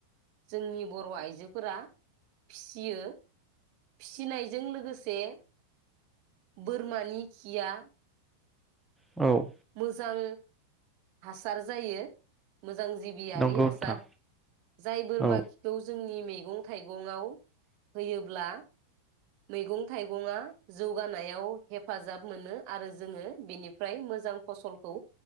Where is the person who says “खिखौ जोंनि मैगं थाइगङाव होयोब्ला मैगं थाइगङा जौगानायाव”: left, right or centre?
Right